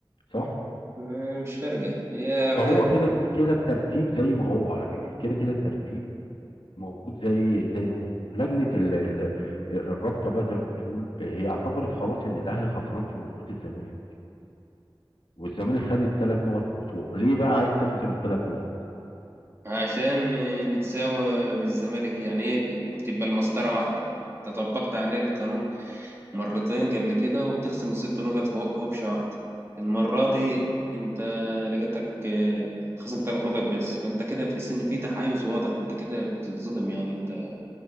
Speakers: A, on the left; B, on the right.
A: صح؟
B: ما- مش فارقة هي
A: فهو
B: كده
A: كده كده الترتيب زي ما هو على فكرة كده كده الترتيب موجود زي زي ما هو لجنة ال- ال- الرابطة بقى زي ما بتقول آه، هي اعتبرت خلاص ان الاهلي خسران في مباراة الزمالك والزمالك خد الثلاث نقط بتوعه ليه بقى عايز تخصم الثلاث نقط؟
B: عشان نتساوى بالزمالك يعني إيه تبقى المسطرة واحدة أنت طبقت عليه القانون مرتين قبل كده وبتخصم الست نقط هو- هوبشة واحدة المرة دي انت لقيتك آه، خصم ثلاث نقط بس فانت كده بتحس ان في تحيز واضح انت كده بتتظلم يعني انت